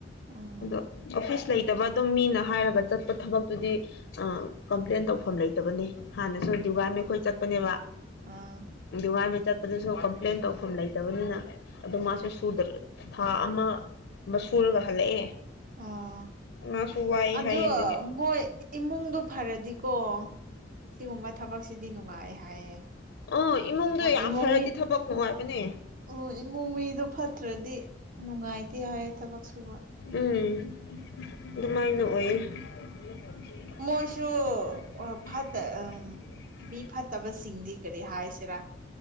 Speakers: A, on the right; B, on the left.
A: ꯎꯝ
B: ꯑꯗꯣ ꯑꯣꯐꯤꯁ ꯂꯩꯇꯕ ꯑꯗꯨꯝ ꯃꯤꯅ ꯍꯥꯏꯔꯒ ꯆꯠꯄ ꯊꯕꯛꯇꯨꯗꯤ ꯑ ꯀꯝꯄ꯭ꯂꯦꯟ ꯇꯧꯐꯝ ꯂꯩꯇꯕꯅꯦ ꯍꯥꯟꯅꯁꯨ ꯗꯤꯋꯥꯥꯏ ꯃꯈꯩꯈꯣꯏ ꯆꯠꯄꯅꯦꯕ
A: ꯑꯥ
B: ꯗꯤꯋꯥ ꯆꯠꯄꯗꯁꯨ ꯀꯝꯄ꯭ꯂꯦꯟ ꯇꯧꯐꯝ ꯂꯩꯇꯕꯅꯤꯅ ꯑꯗꯨ ꯃꯥꯁꯨ ꯁꯨꯗꯦ ꯊꯥ ꯑꯃ ꯑꯃ ꯁꯨꯔꯒ ꯍꯜꯂꯛꯑꯦ
A: ꯑꯣ
B: ꯃꯥꯁꯨ ꯋꯥꯏ
A: ꯑꯗꯨꯗꯣꯏꯣꯏ
B: ꯍꯥꯏꯌꯦ ꯑꯗꯨꯒꯤ
A: ꯏꯃꯨꯡꯗ ꯐꯔꯗꯤꯀꯣ ꯁꯤꯒꯨꯝꯕ ꯊꯕꯛꯁꯤꯗꯤ ꯅꯨꯡꯉꯥꯏ ꯍꯥꯏꯌꯦ
B: ꯑꯣ ꯏꯃꯨꯡꯗꯣ
A: ꯍꯣꯏ
B: ꯌꯥꯝ
A: ꯏꯃꯨꯡ
B: ꯐꯔꯗꯤ
A: ꯃꯤ
B: ꯊꯕꯛ ꯅꯨꯡꯉꯥꯏꯕꯅꯦ
A: ꯑꯣ ꯏꯃꯨꯡ ꯃꯤꯗꯣ ꯐꯠꯇ꯭ꯔꯗꯤ ꯅꯨꯡꯉꯥꯏꯇꯦ ꯍꯥꯏꯌꯦ ꯊꯕꯛ ꯁꯨꯕ
B: ꯎꯝ ꯑꯗꯨꯃꯥꯏ ꯅꯣꯛꯦ <unintelligible>
A: ꯃꯣꯏꯁꯨ ꯐꯠꯇ ꯃꯤ ꯐꯠꯇꯕꯁꯤꯡꯗꯤ ꯀꯔꯤ ꯍꯥꯏꯁꯤꯔꯥ